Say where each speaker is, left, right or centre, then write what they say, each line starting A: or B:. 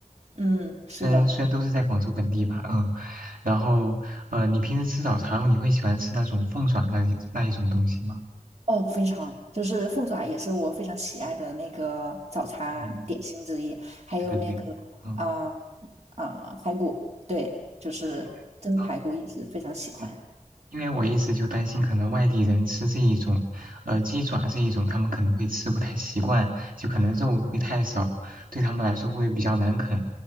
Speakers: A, on the right (about 50°); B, on the right (about 90°).
A: 嗯，是的，
B: 虽然虽然都是在广州本地吧，嗯，然后呃，你平时吃早茶后你会喜欢吃那种凤爪那一那一种东西吗？
A: 哦，非常，就是凤爪也是我非常喜爱的那个早餐点心之一，
B: 嗯，
A: 还有那个啊
B: 对对对，嗯，
A: 啊、排骨，对，就是蒸排骨也是非常喜欢。
B: 因为嗯对因为我一直就担心，可能外地人吃这一种，呃，鸡爪这一种，他们可能会吃不太习惯，就可能肉会太少，对他们来说会比较难啃。